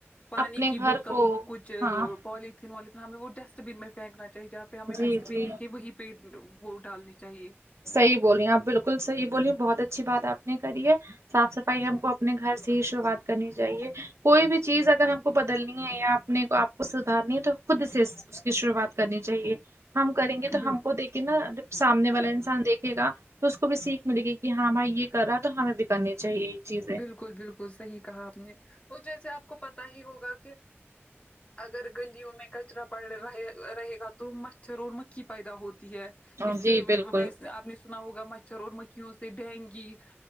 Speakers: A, on the left; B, on the right.
A: پانی
B: اپنے
A: کی
B: گھر
A: بوتل
B: کو
A: ہو کچھ
B: ہاں
A: پولٹھیں ولیٹھین ہمیں وہ ڈسٹ بن میں فیکنا چاہی جہاںہ ہمیں
B: جی
A: ڈسٹ
B: جی
A: بین دکھے وہی پیٹ وہ ڈالنی چاہیے
B: صحیح بولی آپ بالکل صحیح بولی بہت اچھی بات آپ نے کری ہے صاف صفائی ہم کو اپنے گھر سے ہی شروعات کرنی چاہیے کوئی بھی چیز اگر ہم کو بدلنی ہے یا اپنے کو آپ کو سدھارنی ہے تو خود سے اس کی شروعات کرنی چاہیے ہم کریں گے
A: بل-
B: تو ہم کو دیکھے نا سامنے والے انسان دیکھے گا تو اس کو بھی سیکھ ملے گی کہ ہاں بھائی یہ کر رہا ہے تو ہمیں بھی کرنی چاہیے چیزیں
A: بالکل بالکل صحیح کہا آپ نے اور جیسے آپ کو پتا ہی ہوگا کہ اگر گلیوں میں کچرا پڑ رہا ہے رہے گا تو مچھر اور مکھی پیدا ہوتی ہے
B: ہاں،
A: اس
B: جی
A: سے
B: بالکل
A: ویس آپ نے سنا ہوگا مچھر اور مکھیوں سے ڈینگی